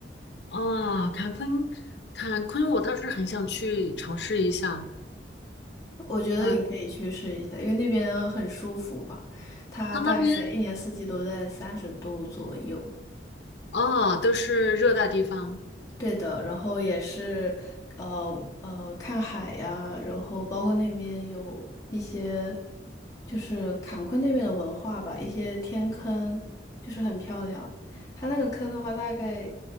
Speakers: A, on the left; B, on the left.
A: 哦，啊坎昆，坎昆，我倒是很想去尝试一下。
B: 我觉得你可以去试一下，
A: 呃，
B: 因为那边很舒服吧，它大概一年四季都在三十度左右。
A: 他那边。哦，都是热带地方。
B: 对的，然后也是，呃呃，看海呀，然后包括那边有一些，就是坎昆那边的文化吧，一些天坑，就是很漂亮。它那个坑的话，大概，